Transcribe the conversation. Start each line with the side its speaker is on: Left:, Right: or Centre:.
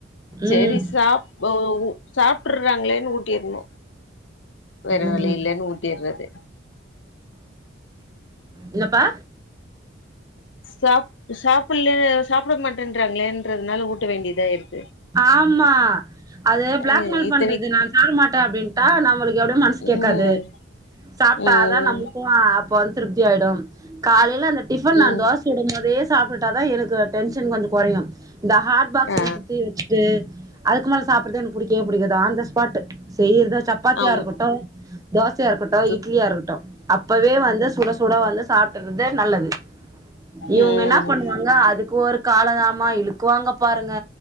Left: சேரி
Right: ம்
Left: சாப்பவு சாப்டர்றாங்ளேன்னு ஊட்டிர்ணு வேற
Right: ம்
Left: வழி இல்லன்னு ஊட்டிர்றது
Right: என்னப்பா
Left: சா சாப்பில்ல சாப்ட மாட்டேன்றாங்களேன்றதனா ல ஊட்ட வேண்டியதாருக்
Right: ஆமா அது பிளாக்மெயில்
Left: ம் இத்தனைக்கு
Right: பண்றது நா சாப்ட மாட்டே அப்டின்டா நம்ளுக்கு எப்டியு மன்சு கேக்காது
Left: ம்
Right: சாப்டாதா
Left: ம்
Right: நமுக்கு அப் இப்ப வந் திருப்தியாயிடு காலைல அந்த டிஃபன் நான்
Left: ம்
Right: தோஸ் சுடும் போதே சாப்டுட்டாதா எனக்கு டென்ஷன் கொஞ்ச கொறையு இந்த ஹாட் பாக்ஸ்
Left: ஆ
Right: சுத்தி வச்சுட்டு அதுக்கு மேல சாப்பிறது என்க்கு புடிக்கவே புடிக்காது ஆன் த ஸ்பாட்டு செய்யறதா சப்பாத்தியா
Left: ஆம்
Right: இருக்கட்டு தோசையா இருக்கட்டு
Left: எத்து
Right: இட்லியாருக்கட்டு அப்பவே வந்து சுட சுட வந்து சாப்பிட்டறது நல்லது இவுங்க
Left: ம்
Right: என்னாப் பண்ணுவாங்க அதுக்கு ஒரு காலதாம இழுக்குவாங்க பாருங்க